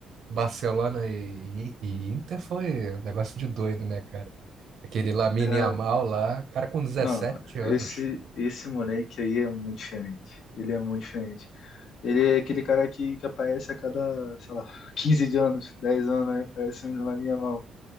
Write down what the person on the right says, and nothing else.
Barcelona e, e- e Inter foi um negócio de doido, né, cara? Aquele Lamine
Yamal lá, cara com 17
anos.